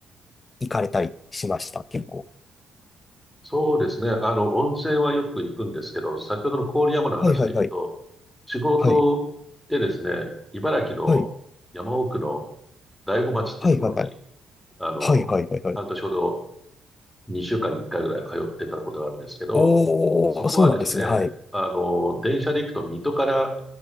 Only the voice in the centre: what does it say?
そうですね。あの、温泉はよく行くんですけど、先ほどの郡山の話でいくと、
仕事でですね、
茨城の山奥の
大子町っていうところに、
あの、
半年ほど2週間に1回ぐらい通ってたことがあるんですけど、
そこはですね、
あの、電車で行くと水戸から